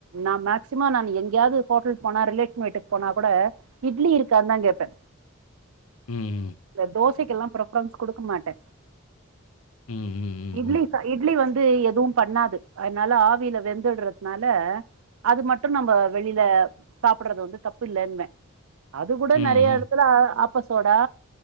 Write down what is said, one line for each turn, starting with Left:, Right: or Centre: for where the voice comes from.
Right: நான் மேக்சிமம் ந எங்கேயாவது ஹோட்டல போனா ரிலேஷன் வீட்டுக்கு போனா கூட இட்லி இருக்கான்னு தான் கேட்பே
Left: ம்.
Right: இந்த தோஸ் சைக்கெல்லாம் பிரஃபரன்ஸ் கொடுக்க மாட்டே
Left: ம். ம்.
Right: இ்ட்லி
Left: ம்.
Right: இட்லி வந்து எதுவும் பண்ணாது அதனால ஆவியில வெந்துறதுனால அது மட்டும் நம்ம வெளில சாப்டுறது வந்து தப்பு இல்லைன்னுவ அது கூட
Left: ம். ம். ம்.
Right: நெறைய இடத்துல
Left: ம்.
Right: ஆப்பசோடா